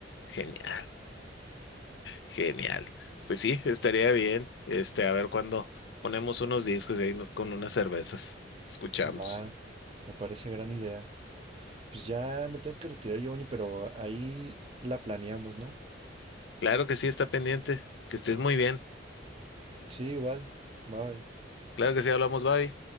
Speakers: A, on the left; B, on the right.
A: genial, genial, pues sí, estaría bien, este, a ver cuándo ponemos unos discos y ahí nos- con unas cervezas, escuchamos,
B: Va, me parece gran idea. Pues ya me tengo que retirar, Giovanni, pero ahí la planeamos, ¿no?
A: claro que sí, está pendiente, que estés muy bien.
B: Sí, igual. Bye.
A: Claro que sí, hablamos, bye.